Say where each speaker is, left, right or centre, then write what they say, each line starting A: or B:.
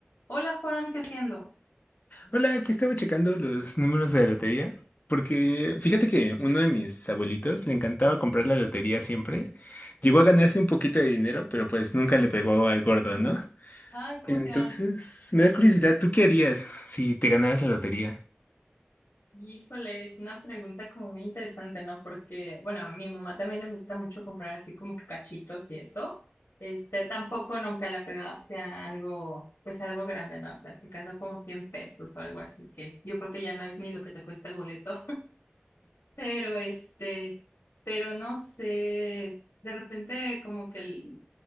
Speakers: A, on the left; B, on the left.
A: Hola Juan, ¿qué haciendo?
B: Hola, aquí estaba checando los números de la lotería, porque fíjate que uno de mis abuelitos le encantaba comprar la lotería siempre. Llegó a ganarse un poquito de dinero, pero pues nunca le pegó al gordo, ¿no?
A: Ay, ¿cómo
B: Entonces,
A: se llama?
B: me da curiosidad, ¿tú qué harías si te ganaras la lotería?
A: Híjole, es una pregunta como muy interesante, ¿no? Porque, bueno, a mi mamá también le gusta mucho comprar así como que cachitos y eso. Este, tampoco nunca le ha pegado hacia algo, pues algo grande, ¿no? O sea, se casó como 100 pesos o algo así, que yo creo que ya no es ni lo que te cuesta el boleto. pero este, pero no sé, de repente como que el-